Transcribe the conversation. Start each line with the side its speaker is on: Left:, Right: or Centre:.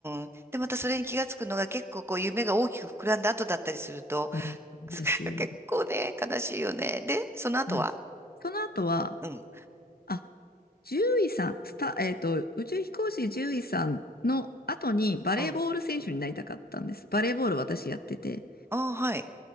Right: ん。で、またそれに気がつくのが結構こう夢が大きく膨らんだ後だったりすると、
Left: そうなんですよ。
Right: <laughs> 結構ね、悲しいよね。で、その後は
Left: うんその後は、
Right: うん、
Left: あ、獣医さん、スタ、えっと、宇宙飛行士獣医さんの後にバレーボール選手になりたかったんです。
Right: うん。
Left: バレーボール私やってて。
Right: ああ、はい。